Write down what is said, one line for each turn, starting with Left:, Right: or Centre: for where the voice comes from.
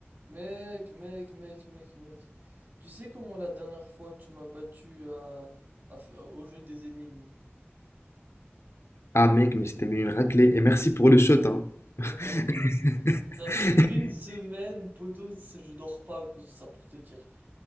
Right: Mec, mec, mec, mec, mec. Tu sais comment la dernière fois tu m'as battu à, à fa- au jeu des énigmes?
Left: Ah mec, mais je t'ai mis une raclée. Et merci pour le shot, hein.
Right: <laughs>
Left: <laughs>
Right: Ça fait une semaine, poteau, c'est- je dors pas que ça pour te dire.